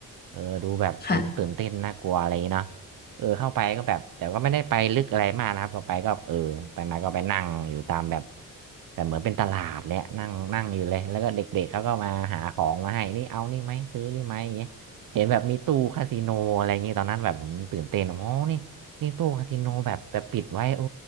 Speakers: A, on the right (about 70°); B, on the left (about 30°).
A: เออดูแบบดูตื่นเต้นน่ากลัวอะไรอย่างเงี้ยเนาะ
B: ค่ะ
A: เออเข้าไปก็แบบแต่ก็ไม่ได้ไปลึกอะไรมากนะครับก็ไปก็เออไปมาก็ไปนั่งอยู่ตามแบบแต่เหมือนเป็นตลาดแหละนั่งนั่งอยู่เลยแล้วก็เด็กๆเขาก็มาหาของมาให้นี่เอานี่ไหมซื้อนี่ไหมอย่างเงี้ยเห็นแบบมีตู้คาสิโนอะไรอย่างงี้ตอนนั้นแบบผมตื่นเต้นอ๋อนี่นี่ตู้คาสิโนแบบแบบปิดไว้โอ้